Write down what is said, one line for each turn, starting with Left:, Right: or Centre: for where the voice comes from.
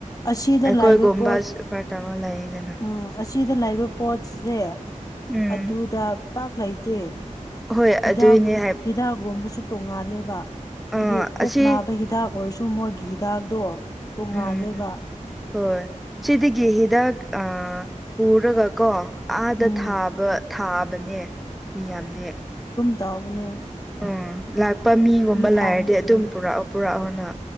Left: ꯑꯁꯤꯗ
Centre: ꯑꯩꯈꯣꯏꯒꯨꯝꯕ
Left: ꯂꯥꯏꯕ ꯄꯣꯠ
Centre: ꯁꯨꯄꯔ ꯇꯥꯋꯔ ꯂꯩꯌꯦꯗꯅ
Left: ꯎꯝ ꯑꯁꯤꯗ ꯂꯩꯕ ꯄꯣꯠꯁꯦ
Centre: ꯎꯝ
Left: ꯑꯗꯨꯗ ꯄꯥꯛ ꯂꯩꯇꯦ
Centre: ꯍꯣꯏ
Left: ꯍꯤꯗꯥꯛ
Centre: ꯑꯗꯨꯏꯅꯦ ꯍꯥꯏ
Left: ꯍꯤꯗꯥꯛꯒꯨꯝꯕꯁꯨ ꯇꯣꯡꯉꯥꯜꯂꯦꯕ ꯍꯥꯏꯗꯤ
Centre: ꯑꯥ
Left: ꯄꯨꯛ
Centre: ꯑꯁꯤ
Left: ꯅꯥꯕꯩ ꯍꯤꯗꯥꯛ ꯑꯣꯏꯔꯁꯨ ꯃꯣꯏꯒꯤ ꯍꯤꯗꯥꯛꯗꯣ ꯇꯣꯡꯉꯥꯜꯂꯦꯕ
Centre: ꯎꯝ ꯍꯣꯏ ꯁꯤꯗꯒꯤ ꯍꯤꯗꯥꯛ ꯑ ꯄꯨꯔꯒ ꯀꯣ ꯑꯥꯗ
Left: ꯎꯝ
Centre: ꯊꯥꯕ ꯊꯥꯕꯅꯦ ꯃꯤꯌꯥꯝꯗꯤ
Left: ꯇꯕꯅꯦ
Centre: ꯎꯝ ꯂꯥꯛꯄ ꯃꯤꯒꯨꯝꯕ
Left: ꯐꯥꯡꯕꯤꯕꯅꯦ
Centre: ꯂꯥꯏꯔꯗꯤ ꯑꯗꯨꯝ ꯄꯨꯔꯛꯑ ꯄꯨꯔꯛꯑꯒꯅ